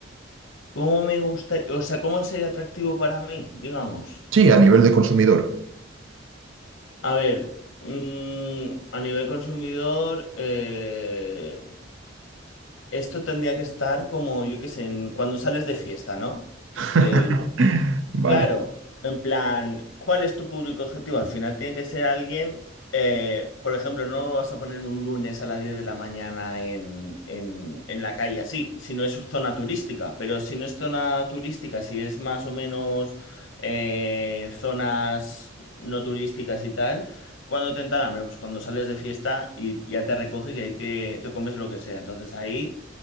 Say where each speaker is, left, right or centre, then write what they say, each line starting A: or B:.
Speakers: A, on the left; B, on the right.
A: ¿Cómo me gustaría? O sea, ¿cómo sería atractivo para mí, digamos?
B: Sí, a nivel de consumidor.
A: A ver, mm, a nivel consumidor, eh, esto tendría que estar como, yo qué sé, en- cuando sales de fiesta, ¿no?
B: <laughs>
A: Creo yo.
B: Vale.
A: Claro, en plan, ¿cuál es tu público objetivo? Al final tiene que ser alguien, eh, por ejemplo, no lo vas a poner un lunes a las 10 de la mañana en, en, en la calle así, si no es zona turística, pero si no es zona turística, si es más o menos eh, zonas no turísticas y tal, ¿cuándo te entra el hambre? Pues cuando sales de fiesta y ya te recoges y ahí te, te comes lo que sea. Entonces ahí...